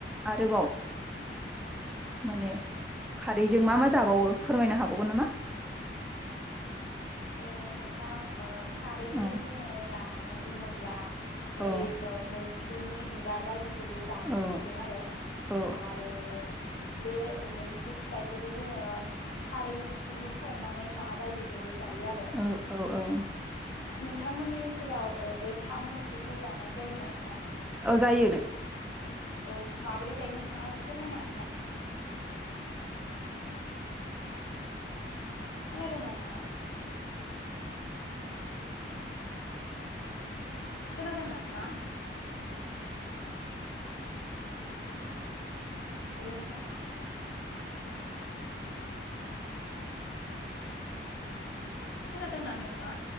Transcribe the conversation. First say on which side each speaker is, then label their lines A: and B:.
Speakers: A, in the centre; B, on the left.
A: आरोबाव माने खारैजों मा मा जाबावो फोरमायनो हाबावगोन नामा?
B: ओ नोंथां ओ खारैजों
A: औ
B: जोङो जानाय बुङोब्ला बै
A: औ
B: ओ मैथ्रुनि बिबार बायदि खौबो जानायखौ
A: औ
B: नुदों आरो
A: औ
B: आरो बे मैथ्रु फिथाइखौबो जोङो खारै ओंख्रिनि संनानै ना बायदिजोंबो जायो आरो
A: औ औ औ।
B: नोंथांमोननि ओनसोलाव ओ बे साम' ओंख्रिखौ जानाय जायोना नोंथां?
A: औ जायो
B: औ माबोरै जायो नोंथाङा एसे फोरमायनो हागोन ना? खोनादोंना नोंथाङा? खोनादों ना नोंथाङा? हेल' नोंथां। खोनादों ना नोंथाङा?